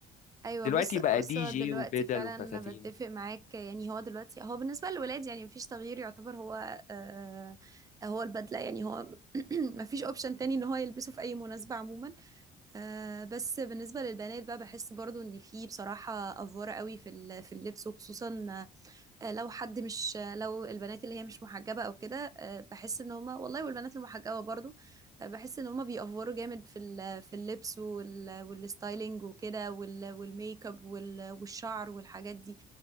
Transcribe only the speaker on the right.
ايوه
بص
بص
هو
دلوقتي
فعلا
انا بتفق معاك يعني هو دلوقتي هو بالنسبه للولاد يعني مفيش تغيير يعتبر هو آه هو البدله يعني هو <clears throat> مفيش اوبشن تاني ان هو يلبسه في اي مناسبه عموما آه بس بالنسبه للبنات بقى بحس برضو ان في بصراحه افوره قوي في ال- في اللبس وخصوصا آه، لو حد مش آه، لو البنات اللي هي مش محجبة او كده آه، بحس ان هما والله والبنات المحجبة برضو آه، بحس ان هما بيأفوروا جامد في ال- في اللبس وال والستايلينج وكده وال- والميك اب وال- والشعر والحاجات دي